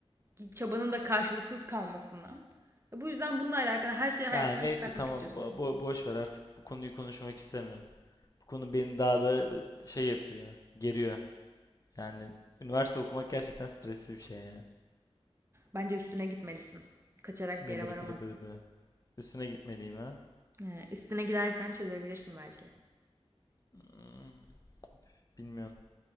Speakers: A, on the right; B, on the left.
A: e, çabanın da karşılıksız kalmasından. E, Bu yüzden bununla alakalı her şeyi hayatından
B: Ya neyse
A: çıkartmak
B: tamam
A: istiyorsun.
B: bo bo- boş ver artık bu konuyu konuşmak istemiyorum. Bu konu beni daha da e, şey yapıyor, geriyor. Yani üniversite okumak gerçekten stresli bir şey ya.
A: Bence üstüne gitmelisin. Kaçarak
B: Nıbırı
A: bir yere varamazsın.
B: bırı bırı bırı. Üstüne gitmeliyim ha.
A: E, üstüne gidersen çözebilirsin belki.
B: Hmm, bilmiyorum.